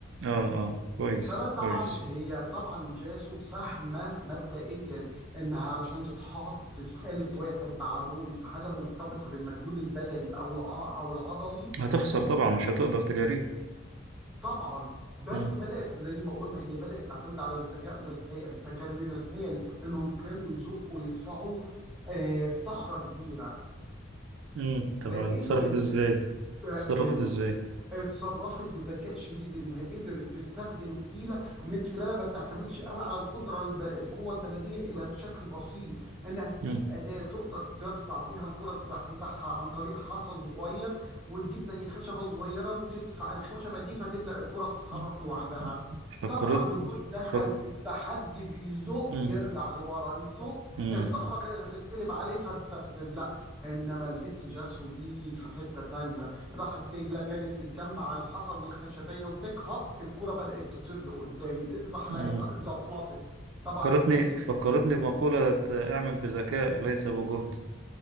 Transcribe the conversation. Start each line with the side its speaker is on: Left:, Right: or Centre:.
Right: اه اه كويس
Centre: فطبعا
Right: كويس
Centre: هي طبعا جاسو فاهمه مبدئيا انها علشان تتحط في قالب واحد مع رول في حاجه مرتبطه بالمجهود البدني او الع... او العضلي
Right: هتخسر طبعا مش هتقدر تجاريه
Centre: طبعا بس
Right: مم.
Centre: بدات زي ما قلنا هي بدات تعتمد على الذكاء والحيل فكان من الحيل انهم كانوا يزقوا ويدفعوا آه صخره كبيره
Right: مم. طب
Centre: فقدرت
Right: اتصرفت ازاي اتصرفت
Centre: بز
Right: ازاي
Centre: اتصرفت بذكاء شديد انها قدرت تستخدم حيله من خلالها ما بتعتمدش قوي على القدره الب... القوه البدنيه الا بشكل بسيط انها تجيب
Right: مم.
Centre: اداه تقدر ترفع بيها الكره تزحزحها عن طريق حصى صغير وتجيب زي خشبه صغيره وتدفع الخشبه دي فتبدا الكره تتحرك
Right: مم.
Centre: لوحدها
Right: فكرت
Centre: طبعا روي دخل
Right: فك...
Centre: في التحدي بيزق
Right: مم.
Centre: يرجع لورا يزق
Right: مم.
Centre: الصخره كانت هتتقلب عليه فاستسلم لا انما البت جاسو دي في حته تانية راحت جاي- لا جريت بتجمع الحصى والخشبيه وتكهف الكره بدات تطير لقدام اتزحلقت
Right: مم.
Centre: اتزفلطت طبعا
Right: فكرتني
Centre: فين
Right: فكرتني بمقولة اعمل بذكاء ليس بجهد